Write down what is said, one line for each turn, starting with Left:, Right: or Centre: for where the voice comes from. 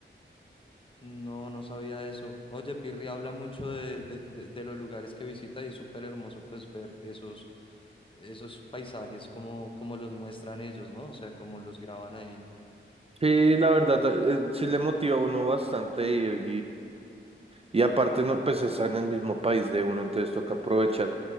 Left: No, no sabía eso. Oye, Pirri habla mucho de, de, de, de los lugares que visita y es súper hermoso pues ver esos, esos paisajes como, como los muestran ellos, ¿no? O sea, como los graban ahí.
Right: Sí, la verdad, eh, sí le motiva a uno bastante ir y, y aparte, no, pues está en el mismo país de uno, entonces toca aprovechar.